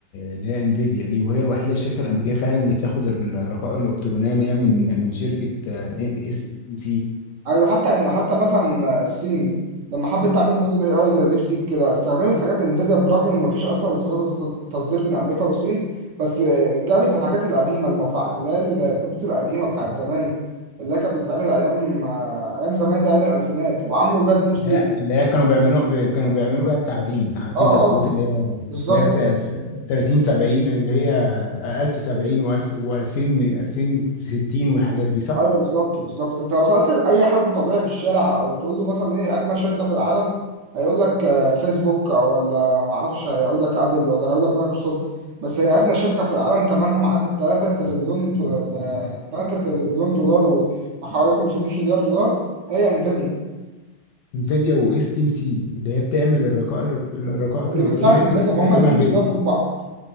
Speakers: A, on the left (about 70°); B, on the right (about 65°).
A: اللي هي انفيديا دي وهي الوحيده الشركه الامريكيه فعلا اللي بتاخد الرقائق الالكترونيه اللي هي من من شركه آه، إيه، اس سي
B: ايوه حتى يعني حتى مثلا الصين لما حبت تعمل موديل اي اي زي ديب سيك كده استخدمت حاجات انفيديا برغم ان مفيش اصلا استيراد تصدير بين امريكا والصين بس جابت الحاجات القديمه المفع... اللي هي الكروت القديمه بتاعت زمان اللي هي كانت بتتعمل ايام ايام زمان دي ايام الالفينات وعملوا بيها الديب سيك
A: لا اللي هي كانوا بيعملوا بي كانوا بيعملوا بقى التعدين عارف
B: اه
A: انت الكروت
B: اه
A: اللي هي
B: بالظبط
A: اللي هي تاس- 30 70 اللي هي 1000 70 و1000 و2000 2060 والحاجات دي صح؟
B: ايوه بالظبط بالظبط انت لو سالت اي حد طبيعي في الشارع تقول له مثلا ايه اغنى شركه في العالم هيقول لك آه، فيسبوك او ولا معرفش هيقول لك ابل ولا هيقول لك مايكروسوفت بس هي اغنى شركه في العالم ثمنها معدي 3 تريليون 3 تريليون دولار و- وحوالي 500 مليار دولار هي انفيديا
A: انفيديا واس تي ام سي اللي هي بتعمل الرقائق الرقائق
B: اللي
A: الالكترونيه
B: بتساعد انفيديا
A: اللي بتستخدمها
B: ما هم الاثنين
A: فيديو
B: بيودوا في بعض